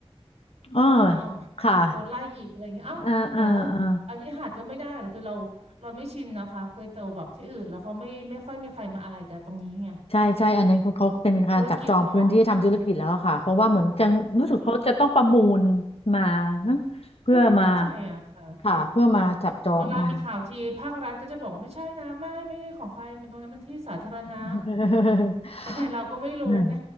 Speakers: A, on the left; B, on the right.
A: เออ
B: เอ้า
A: ค่ะ
B: โดนไล่อีกอะไรเงี้ยเอ้าเหรอ
A: เออเออเออ
B: อันนี้หาดก็ไม่ได้เหรอคือเราเราไม่ชินนะคะเคยเจอแบบที่อื่นแล้วเขาไม่ไม่ค่อยมีใครมาอะไรกับตรงนี้ไง
A: ใช่ใช่อันนั้นเขาเขาเป็นการจับจองพื้นที่ทำธุรกิจแล้วอะค่ะเพราะว่าเหมือนจะรู้สึกเขาจะต้องประมูล
B: ธุรกิจเนาะ
A: มานะเพื่อมา
B: ก็ไม่แน่ใจอะค่ะแต่
A: ค่ะเพื่อมาจับจองมา
B: เวลามีข่าวทีภาครัฐก็จะบอกว่าไม่ใช่นะไม่ไม่ใช่ของใครมันตรงนั้นมันที่สาธารณะ
A: <laughs>
B: <laughs> เราก็ไม่รู้ไง
A: เออ